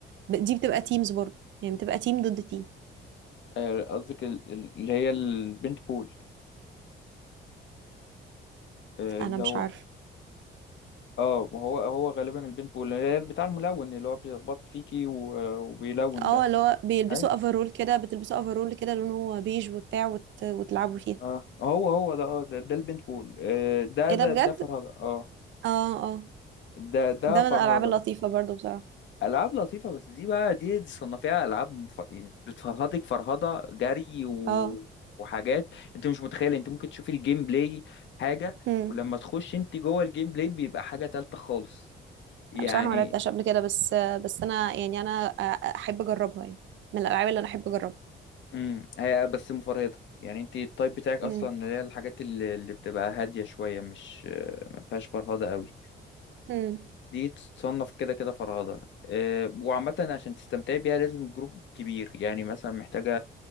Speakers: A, on the right; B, on the left.
A: ب- دي بتبقى تيمز برضو يعني بتبقى تيم ضد تيم
B: آه، قصدك ال- ال- اللي هي البنت بول آه،
A: انا
B: اللي
A: مش
B: هو
A: عارفة
B: اه ما هو هو غالبا البنت بول اللي هي بتاع الملون اللي هو بيخبط فيكي و- وبيلون
A: اه
B: ده
A: اللي هو بيلبسوا
B: أيوة.
A: افرول كده بتلبسوا افرول كده لونه بيج وبتاع وت... وتلعبوا فيها
B: اه هو هو ده اه ده, ده البنت بول آه ده
A: ايه
B: ده
A: ده بجد
B: ده فرهدة اه
A: اه اه
B: ده ده
A: ده من
B: فرهدة
A: الالعاب اللطيفه برضو بصراحه
B: ألعاب لطيفة بس دي بقى دي, دي صنفيها ألعاب مف... يعني بتفرهدك فرهدة جري و...
A: اه
B: وحاجات أنت مش متخيل أنت ممكن تشوف الجيم بلاي حاجة
A: امم
B: ولما تخش أنت جوه الجيم بلاي بيبقى حاجة تالتة خالص يعني
A: بصراحه ما لعبتهاش قبل كده بس بس انا يعني انا احب اجربها يعني من الالعاب اللي انا احب اجربها
B: امم هي بس مفرهدة يعني أنت التايب بتاعك أصلا
A: امم
B: اللي هي الحاجات اللي, اللي بتبقى هادية شوية مش آه، ما فيهاش فرهدة قوي
A: امم
B: دي تصنف كده كده فرهدة آه، وعامة عشان تستمتعي بيها لازم جروب كبير يعني مثلا محتاجة